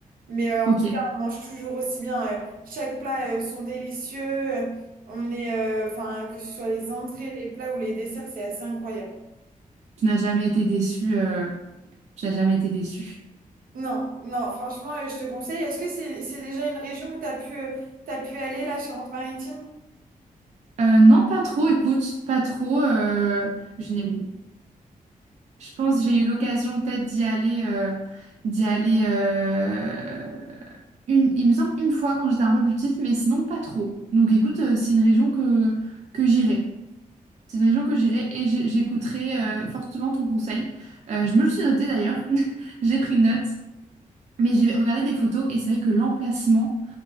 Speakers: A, on the right; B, on the right.
A: Mais euh,
B: ok.
A: en tout cas, on mange toujours aussi bien. euh, chaque plat euh, sont délicieux. On est, euh, enfin, que ce soit les entrées, les plats ou les desserts, c'est assez incroyable.
B: Tu n'as jamais été déçu. euh, Tu n'as jamais été déçu.
A: Non, non, franchement, euh, je te conseille. Est-ce que c'est c'est déjà une région où t'as pu, euh, t'as pu aller, la Charente-Maritime?
B: Euh, non, pas trop, écoute, pas trop. euh, je n'ai Je pense que j'ai eu l'occasion peut-être d'y aller, euh, d'y aller euh, une, il me semble une fois quand j'étais un peu plus petite, mais sinon pas trop. Donc écoute, euh, c'est une région que, que j'irai. C'est une région que j'irai et j'ai- j'écouterai euh, fortement ton conseil. Euh, je me le suis noté d'ailleurs, <laughs> j'ai pris note, mais j'ai regardé des photos et c'est vrai que l'emplacement